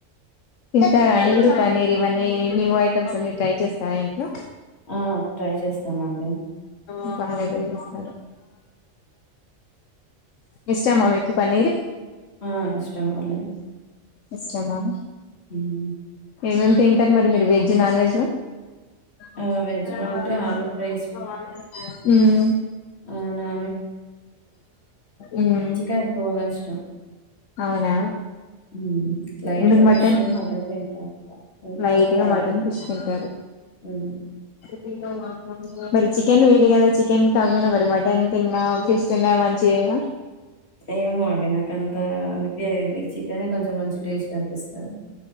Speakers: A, on the left; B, on the left.
A: తింటారా అండి మీరు పన్నీర్ ఇవన్నీ న్యూ ఐటమ్స్ అన్ని ట్రై చేస్తారా ఇంట్లో
B: ఆ ట్రై చేస్తామండి
A: ఇంకా అలానే చేస్తారు ఇష్టమా మీకు పన్నీర్
B: ఆ ఇష్టమండి
A: ఇష్టమా
B: హ్మ్.
A: ఏమేమి తింటారు మరి మీరు వెజ్ నాన్ వెజ్లో <unintelligible>
B: ఆ! వెజ్‌లో అంటే ఆలూ ఫ్రై
A: ఉమ్
B: అవునా
A: ఉమ్
B: చికెన్ ఎక్కువగా ఇష్టం.
A: అవునా
B: హ్మ్. లైట్‌గా
A: ఎందుకు మటన్
B: ఫిష్, తింటా ఎక్కువ. హ్మ్.
A: లైట్గా
B: తక్కువ
A: మటన్
B: అవి.
A: ఫిష్ తింటారు
B: హ్మ్.
A: <unintelligible> మరి చికెన్ వేడి కదా చిక్ కెంతగున మరి మటన్ తిన్నా వేస్తేనా మంచిగానే
B: ఏమో అండి నాకంత అనిపియది. చికెనే కొంచెం మంచి టేస్ట్ అనిపిస్తది.